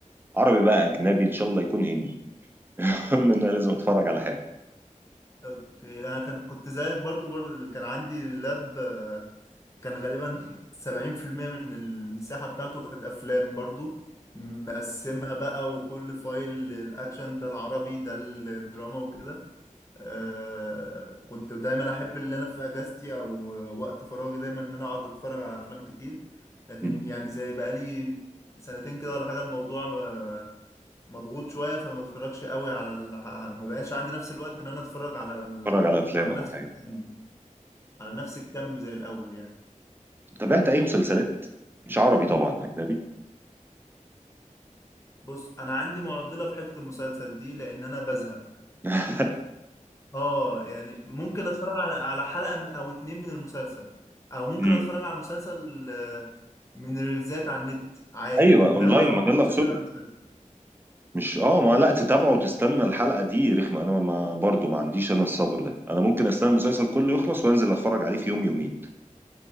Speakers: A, on the right (about 15°); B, on the left (about 20°).
A: عربي بقى أجنبي إن شاء الله يكون هندي <laughs> المهم إن أنا لازم أتفرج على حاجة
B: اوكي انا كنت كنت زيك برضو برضو كان عندي اللاب آه، كان غالبا <laughs> 70% من المساحة بتاعته كانت افلام برضو مقسمها بقى وكل فايل الاكشن ده العربي ده الدراما وكده آه، كنت دايما احب اللي انا في اجازتي او وقت فراغي دايما ان انا اقعد اتفرج على افلام كتير لكن
A: مم.
B: يعني زي بقالي سنتين كده ولا حاجة الموضوع آه، مضغوط شويه فما بتفرجش قوي على ال... ما بقاش عندي نفس الوقت ان انا اتفرج على ال...
A: أتفرج على أفلام
B: على
A: أو
B: نفس
A: حاجة
B: الكم على نفس الكم زي الاول يعني
A: تابعت أي مسلسلات مش عربي طبعا أجنبي
B: بص انا عندي معضله في حته المسلسل دي لان انا بزهق
A: <laughs>
B: اه يعني ممكن اتفرج على على حلقه من- او اتنين من المسلسل او ممكن
A: مم.
B: اتفرج على المسلسل آه، من ريلزات على النت عادي
A: أيوه
B: انما
A: أونلاين
B: ما
A: مجلة
B: مش
A: أقصد
B: اتابع المسلسل
A: مش اه ما لا تتابعه وتستنى الحلقة دي رخمة انا ما برضو ما عنديش انا الصبر ده انا ممكن استنى المسلسل كله يخلص وانزل اتفرج عليه في يوم يومين